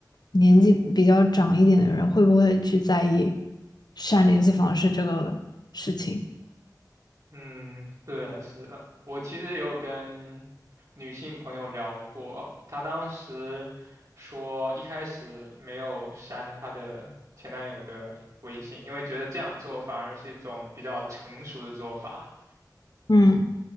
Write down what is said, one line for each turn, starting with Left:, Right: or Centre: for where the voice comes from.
Left: 年纪比较长一点的人，会不会去在意删联系方式这个事情？
Right: 嗯，对，是的，我其实也有跟女性朋友聊过，她当时说一开始没有删她的前男友的微信，因为觉得这样做反而是一种比较成熟的做法。
Left: 嗯，